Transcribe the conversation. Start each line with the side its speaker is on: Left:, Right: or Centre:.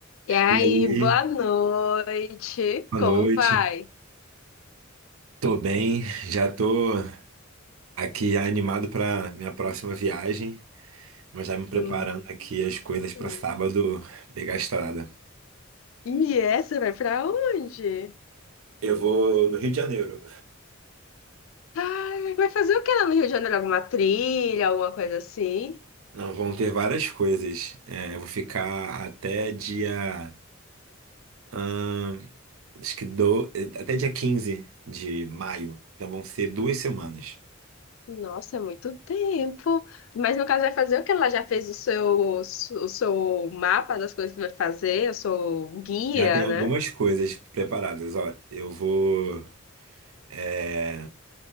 Left: E aí,
Right: E aí,
Left: boa noite.
Right: boa
Left: Como
Right: noite.
Left: vai?
Right: Tô bem, já tô aqui animado para minha próxima viagem, mas já me preparando
Left: Hum.
Right: aqui as coisas para
Left: hum.
Right: sábado pegar a estrada.
Left: E essa vai pra onde?
Right: Eu vou no Rio de Janeiro.
Left: Ai, vai fazer o que lá no Rio de Janeiro? Alguma trilha, alguma coisa assim?
Right: Não, vão ter várias coisas. É, eu vou ficar até dia, ahn, acho que do, até dia 15 de maio. Então vão ser duas semanas.
Left: Nossa, é muito tempo. Mas no caso, vai fazer o que ela já fez o seu, o seu mapa das coisas que vai fazer, o seu guia,
Right: Já tem algumas
Left: né?
Right: coisas preparadas. Ó, eu vou. é,